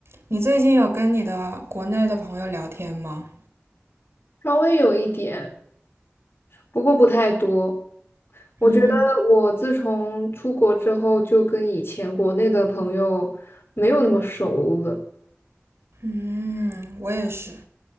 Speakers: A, on the right; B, on the left.
A: 你最近有跟你的国内的朋友聊天吗？
B: 稍微有一点，不过不太多。我觉得我自从出国之后，
A: 嗯，
B: 就跟以前国内的朋友没有那么熟了。
A: 嗯，我也是，